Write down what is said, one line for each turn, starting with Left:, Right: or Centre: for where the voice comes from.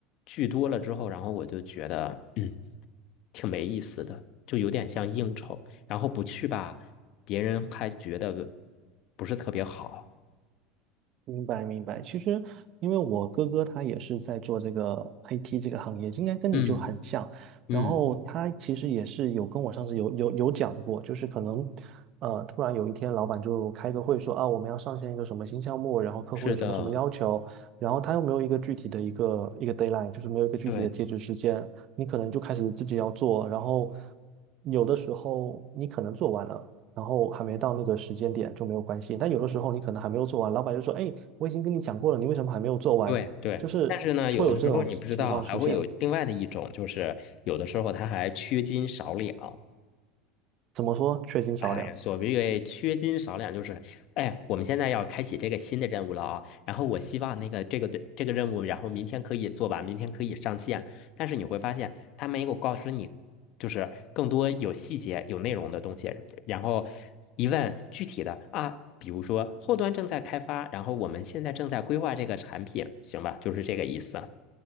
Left: 聚多了之后，然后我就觉得，嗯，挺没意思的，就有点像应酬。然后不去吧，别人还觉得不是特别好。
Right: 明白明白，其实因为我哥哥他也是在做这个 IT 这个行业，应该跟你就很像。
Left: 嗯嗯，
Right: 然后他其实也是有跟我上次有有有讲过，就是可能呃突然有一天老板就开个会说啊我们要上线一个什么新项目，然后客户有什么什么要求，
Left: 是的，
Right: 然后他又没有一个具体的一个一个 deadline，就是没有一个具体的截止时间，
Left: 对
Right: 你可能就开始自己要做，然后有的时候你可能做完了。然后还没到那个时间点就没有关系。但有的时候你可能还没有做完，老板就说：“哎，我已经跟你讲过了，你为什么还没有做完？”就是会有这种情况出现。
Left: 对对。但是呢，有的时候你不知道，还会有另外的一种，就是有的时候他还缺斤少两。
Right: 怎么说？缺斤少两。
Left: 哎，所谓缺斤少两，就是哎，我们现在要开启这个新的任务了啊。然后我希望那个这个对这个任务，然后明天可以做完，明天可以上线。但是你会发现，他没有告知你，就是更多有细节、有内容的东西。然后一问具体的啊，比如说后端正在开发，然后我们现在正在规划这个产品，行吧？就是这个意思。